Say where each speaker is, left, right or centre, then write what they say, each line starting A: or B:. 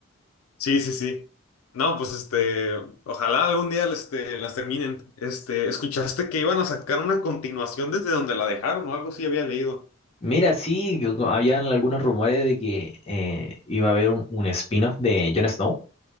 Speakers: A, on the left (about 90°); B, on the left (about 30°).
A: Sí, sí, sí. No, pues este, ojalá algún día este, las terminen. Este, escuchaste que iban a sacar una continuación desde donde la dejaron o algo así había leído.
B: Mira, sí, habían algunos rumores de que eh, iba a haber un, un spin-off de Jon Snow.